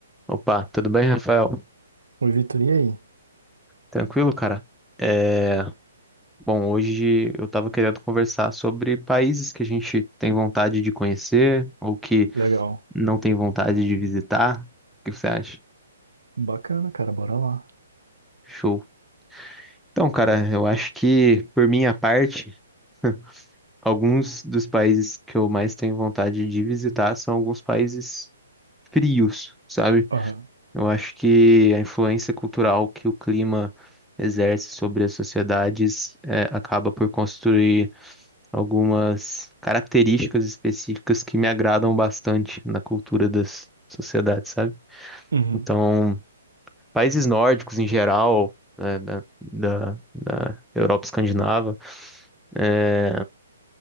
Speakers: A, in the centre; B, on the right.
A: Opa, tudo bem, Rafael?
B: Oi, Vitor, e aí?
A: Tranquilo, cara? É, bom, hoje eu tava querendo conversar sobre países que a gente tem vontade de conhecer ou que
B: Legal.
A: não tem vontade de visitar. O que você acha?
B: Bacana, cara, bora lá.
A: Show. Então, cara, eu acho que, por minha parte, <laughs> alguns dos países que eu mais tenho vontade de visitar são alguns países frios, sabe?
B: Aham.
A: Eu acho que a influência cultural que o clima exerce sobre as sociedades, eh, acaba por construir algumas características específicas que me agradam bastante na cultura das sociedades, sabe?
B: Uhum.
A: Então, países nórdicos em geral, né, da, da, da Europa escandinava, é,